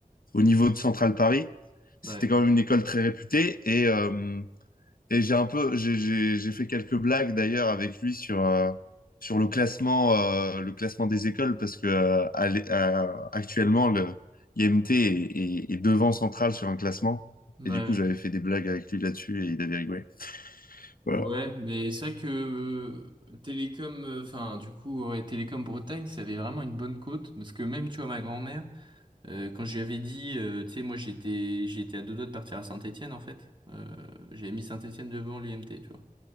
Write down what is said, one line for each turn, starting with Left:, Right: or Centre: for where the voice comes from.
Left: au niveau de Central Paris, c'était
Right: Ouais.
Left: quand même une école très réputée. Et, euh, et j'ai un peu, j'ai, j'ai, j'ai fait quelques blagues d'ailleurs avec lui sur, euh, sur le classement, euh, le classement des écoles parce que euh, à l'é- à- actuellement, le IMT est, est- est devant Central sur un classement.
Right: Ouais.
Left: Et du coup, j'avais fait des blagues avec lui là-dessus et il avait rigolé. Voilà.
Right: Ouais, mais c'est vrai que euh, Télécom, euh, enfin, du coup, ouais, Télécom Bretagne, ça avait vraiment une bonne cote. Parce que même, tu vois, ma grand-mère, euh, quand je lui avais dit, euh, tu sais, moi, j'étais, j'étais à deux doigts de partir à Saint-Étienne, en fait. Euh, j'avais mis Saint-Étienne devant l'UMT, tu vois.